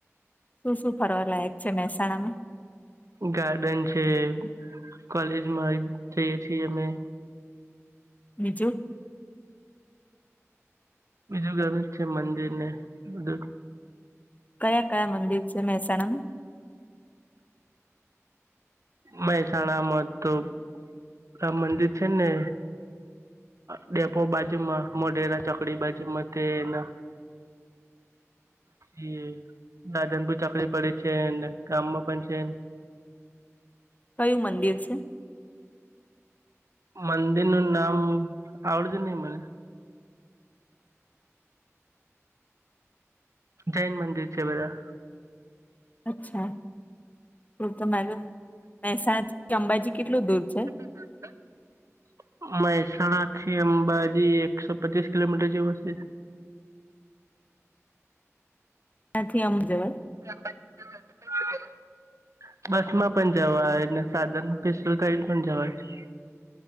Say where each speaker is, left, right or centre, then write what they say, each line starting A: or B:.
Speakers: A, on the left; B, on the right.
A: શું શું ફરવા લાયક છે, મહેસાણામાં?
B: ગાર્ડન છે, કોલેજમાં એ જઈએ છીએ અમે.
A: બીજું.
B: બીજું ઘણું જ છે મંદિરને બધું.
A: કયા કયા મંદિર છે મહેસાણા માં?
B: મહેસાણામાં તો રામ મંદિર છે ને ડેપો બાજુમાં મોઢેરા ચોકડી બાજુમાં તેના જે રાધનપુર ચોકડી પરે છે ને અંદર ગામમાં પણ છે.
A: કયું મંદિર છે?
B: મંદિર નું નામ આવડતું નહી મને. જૈન મંદિર છે બધા.
A: અચ્છા તો તમાર મેહેસાણાથી અંબાજી કેટલું દૂર છે?
B: <inaudible> મેહેસાણાથી અંબાજી એકસો પચીસ કિલોમીટર જેવો સે.
A: ક્યાંથી આમ જવાય?
B: અંબાજી જવું હોય તો ક્યાંથી જવાય? બસમાં પણ જવાય ને સાધન પેસલ કરીન પણ જવાય.